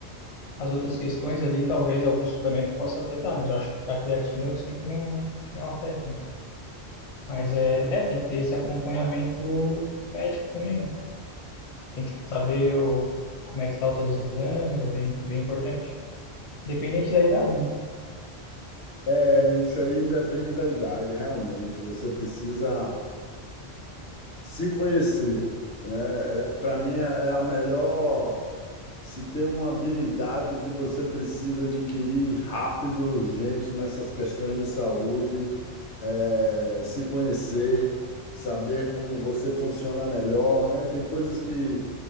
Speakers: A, on the left; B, on the left.
A: as outras questões ali, talvez algum suplemento possa afetar, mas eu acho que a creatina eu sei que não, que não afeta, né? Mas é, é, tem que ter esse acompanhamento médico também, né? Tem que saber o, como é que tá os teus exames, é bem, bem importante. dependente da idade, né?
B: É, isso aí independe da idade, realmente. Você precisa. se conhecer, né? para mim é é a melhor. Se tem uma habilidade que você precisa adquirir rápido, urgente nessas questões de saúde, é se conhecer, saber como você funciona melhor, né? Tem coisas que,